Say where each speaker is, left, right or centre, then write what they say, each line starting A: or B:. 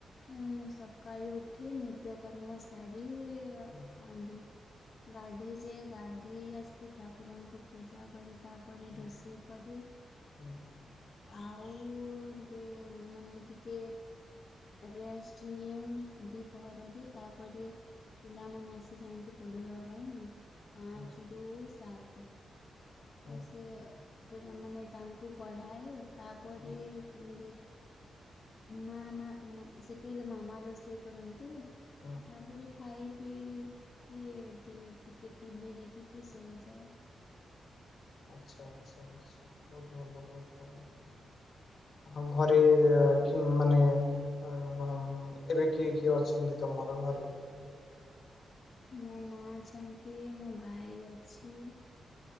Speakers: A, on the left; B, on the left.
A: ହଁ ମୁଁ ସକାଳୁ ଉଠି ନିତ୍ୟକର୍ମ ସାରି ଅ
B: ହୁଁ
A: ନ୍ଧିଏ। ଗାଧେଇ ଯାଏ ଗାଧେଇ ଆସେ ଠାକୁରଙ୍କୁ ପୂଜା କରେ। ତାପରେ
B: ହୁଁ
A: ରୋଷେଇ କରି
B: ହୁଁ
A: ଆଉ ଟିକେ ମାନେ ଟିକେ ରେଷ୍ଟ ନିଏ ଦିପହରରେ ତାପରେ ପିଲାମାନେ ଆସିଯାଆନ୍ତି ପଢିବା ପାଇଁ ପାଞ୍ଚ
B: ହୁଁ
A: ରୁ ସାତେ।
B: ହୁଁ
A: ତ ସେ କରେ ମାନେ ତାଙ୍କୁ ପଢାଏ ତାପରେ
B: ହୁଁ
A: ବୁନ୍ଦେ ମା ମା ମ ସେତେବେଳେ ମାମା ରୋଷେଇ କରନ୍ତି।
B: ହୁଁ
A: ତାପରେ ଖା ଖାଇ ପିଇ କିିଏ ଟିକିଏ ଟିଭିି ଦେଖିକି ଶୋଇଯାଏ।
B: ଆଛା, ଆଛା, ଆଛା ବୋହୁତ ଭଲ ବୋହୁତ ଭଲ। ଆଉ ଘରେ କି ମାନେ ଆଉ ଏବେ କିଏ କିଏ ଅଛନ୍ତି ତମର ଘରେ?
A: ମୋ ମା ଅଛନ୍ତି ମୋ ଭାଇ ଅଛି।